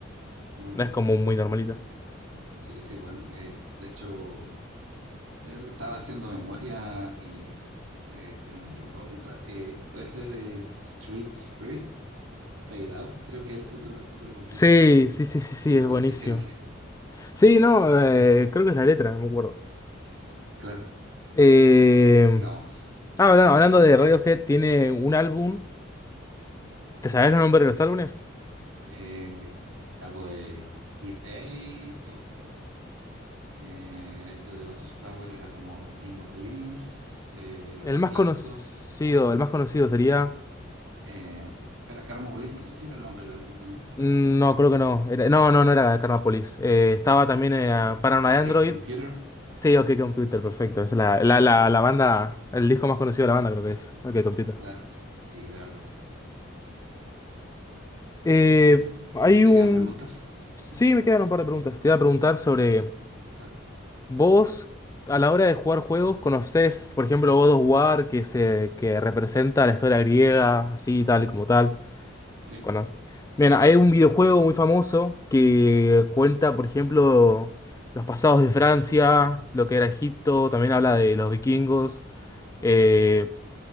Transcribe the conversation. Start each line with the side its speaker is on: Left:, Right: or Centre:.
Right: No,
Left: No es como muy normalita.
Right: sí, sí, bueno. eh, de hecho, mira, estaba haciendo memoria y eh, de mi canción favorita. eh, puede ser eh, Street Spirit, Fade Out, creo que es el título, título completo.
Left: Sí, sí, sí, sí, sí,
Right: Igual,
Left: es buenísimo.
Right: es que no sé.
Left: Sí, no, eh, creo que es la letra, no me acuerdo.
Right: Claro.
Left: Eh,
Right: <clears throat> Sigamos.
Left: ah, habla- hablando de Radiohead, tiene un álbum. ¿Te sabes los nombres de los álbumes?
Right: Eh, algo de Kid A. eh, eh, este de Lotus Flower era como The King of the Limbs. eh, los
Left: El
Right: más
Left: más
Right: clásicos.
Left: conocido, el más conocido sería...
Right: Eh, pero Karma Police, no sé si era el nombre del álbum también.
Left: mm, No, creo que no. Era- no, no, no era Carnapolis. Eh, estaba también eh, Paranoid
Right: OK
Left: Android.
Right: Computer.
Left: Sí, OK Computer, perfecto. Es la, la, la, la banda, el disco más conocido de la banda creo que es OK Computer.
Right: Claro, sí, la verdad. sí.
Left: Eh,
Right: No
Left: hay
Right: sé si te
Left: un...
Right: quedan preguntas.
Left: Sí, me quedan un par de preguntas. Te iba a preguntar sobre
Right: Vale,
Left: vos, a la hora de jugar juegos, ¿conocés, por ejemplo, God of War, que, se, que representa la historia griega, así, tal, como tal?
Right: sí,
Left: Cono- Bien, hay un videojuego muy famoso que cuenta, por ejemplo, los pasados de Francia, lo que era Egipto, también habla de los vikingos, eh,